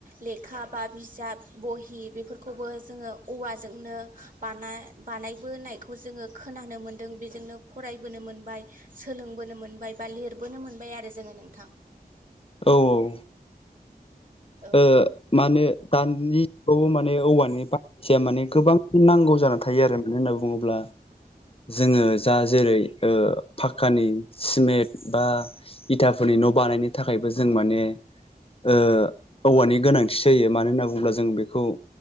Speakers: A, on the right (about 55°); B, on the left (about 35°).
A: ले खा बा बिजाब बहि बेफोरखौबो जोङो औवाजोंनो बानाय- बानाय बोनायखौ जोङो खोनानो मोनदों बेजोंनो फरायबोनो मोनबाय सोलोंबोनो मोनबाय बा लिरबोनो मोनबाय आरो जोङो नोंथां।
B: औ औ
A: औ
B: ओ मा होनो दाननि खौबो माने औवानि <inaudible> माने गोबां नांगौ जानानै थायो आरो मानो होनना बुङोब्ला जोङो जा जेरै ओ पाक्कानि सिमेट बा इथाफोरनि न' बानायनो थाखायबो जों माने ओ औवानि गोनांथि जायो मानो होनना बुंब्ला जों बेखौ